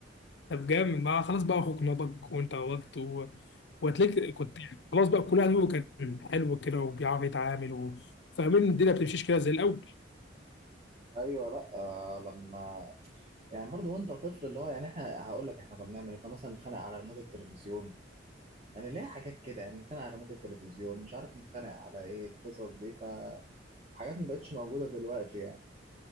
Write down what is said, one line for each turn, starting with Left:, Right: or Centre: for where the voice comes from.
Left: طب جامد ما خلاص بقى اخوك نضج وانت نضجت و... وهتلاقيك كنت يعني خلاص بقى كل واحد فيكم كان حلو كده وبيعرف يتعامل و... فاهمين إن الدنيا ما بتمشيش كده زي الاول
Right: ايوه لا آه لما يعني برضو وانت طفل اللي هو يعني احنا هقول لك احنا كنا بنعمل ايه كنا مثلا نتخانق على ريموت التلفزيون يعني ليه حاجات كده يعني نتخانق على ريموت التلفزيون مش عارف نتخانق على ايه القصص دي فحاجات ما بقتش موجوده دلوقتي يعني